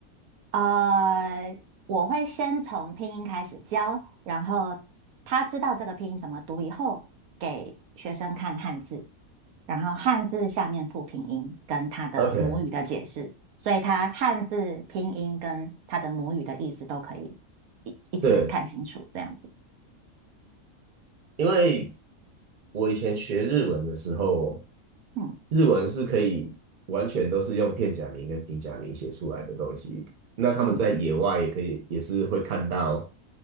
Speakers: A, on the right; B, on the right.
A: 呃，我会先从拼音开始教，然后他知道这个拼音怎么读以后，给学生看汉字，然后汉字下面附拼音跟他的母语的解释，
B: ？OK，
A: 所以他汉字拼音跟他的母语的意思都可以一一次看清楚，
B: 对，
A: 这样子。
B: 因为我以前学日文的时候，
A: 嗯
B: 日文是可以完全都是用片假名跟平假名写出来的东西。那他们在野外也可以，
A: 嗯
B: 也是会看到，